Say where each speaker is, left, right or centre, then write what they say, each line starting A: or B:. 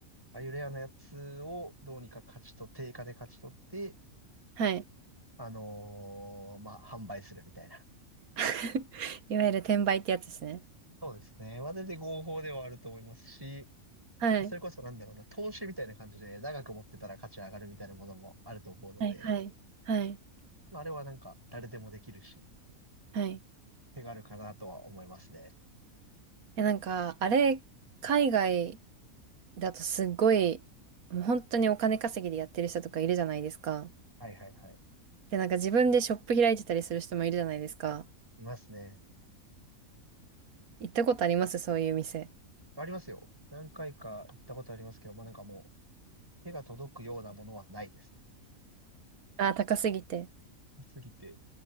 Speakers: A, on the right; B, on the right.
A: ああいうレアなやつをどうにか価値と、定価で勝ち取って、
B: はい。
A: あのーまあ、販売するみたいな。
B: <laughs> いわゆる転売ってやつですね。
A: そうですね。まあ、全然合法ではあると思いますし、
B: はい。
A: それこそなんだろうな、投資みたいな感じで長く持ってたら価値上がるみたいなものもあると思うので、
B: はい、はい、はい、
A: まあ、あれはなんか誰でもできるし、
B: はい。
A: 手軽かなとは思いますね。
B: え、なんか、あれ、海外だとすごい、もう本当にお金稼ぎでやってる人とかいるじゃないですか。
A: はいはいはい。
B: で、なんか自分でショップ開いてたりする人もいるじゃないですか。
A: いますね。
B: 行ったことありますそういう店。
A: ありますよ。何回か行ったことありますけど、まあなんかもう手が届くようなものはないですね。
B: あー、高すぎて。
A: すぎて。